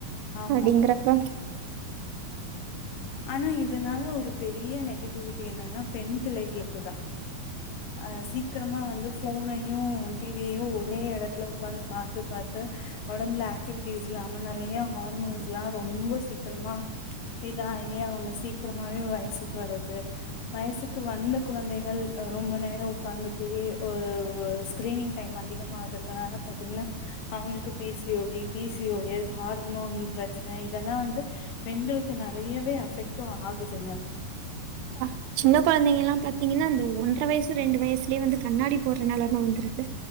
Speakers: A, on the left; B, on the right.
A: ஆமா
B: அப்டிங்கிறப்ப
A: ஆனா இதனால ஒரு பெரிய நெகட்டிவிட்டி என்னன்னா பெண் பிள்ளைகளுக்குதா அ சீக்கிரமா வந்து ஃபோனயு டிவியையு ஒரே எடத்துல உக்காந்து பாத்து-பாத்து ஒடம்புல அஃட்டிவிட்டீஸ் இல்லாம நெறைய ஹார்மோன்ஸ்லா ரொம்ப சீக்கிரமா புரியுதா ஏ அவங்க சீக்கிரமாவே வயசுக்கு வர்து வயசுக்கு வந்த குழந்தைகள் ரொம்ப நேரோ உக்காந்துட்டே ஒரு ஸ்கிரீனிங் டைம் அதிகமாகறதுனால பாத்தீங்கன்னா அவங்களுக்கு பி சி ஓடி B C O S hormone பிரச்சன இதெல்லா வந்து பெண்களுக்கு நெறையவே அஃபெக்டு ஆகுதுங்க
B: ஆ சின்ன குழந்தைங்கல்லா பாத்தீங்கன்னா இந்த ஒன்ற வயசு ரெண்டு வயசுலேயே வந்து கண்ணாடி போடுற நெலம வந்திருது